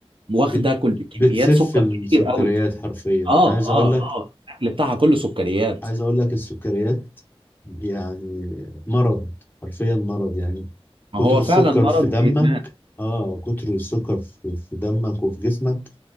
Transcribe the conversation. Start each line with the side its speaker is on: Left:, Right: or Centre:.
Right: واخده
Left: بت...
Right: كل كميات
Left: بتسف
Right: سكر
Left: السكريات
Right: كتير قوي
Left: حرفيا أنا
Right: اه
Left: عايز أقول
Right: اه
Left: لك
Right: اه الاكل بتاعها كله سكريات
Left: عايز أقول لك السكريات يعني مرض حرفيا مرض يعني
Right: ما
Left: كتر
Right: هو
Left: السكر
Right: فعلا مرض
Left: في دمك
Right: وادمان
Left: آه كتر السكر في في دمك وفي جسمك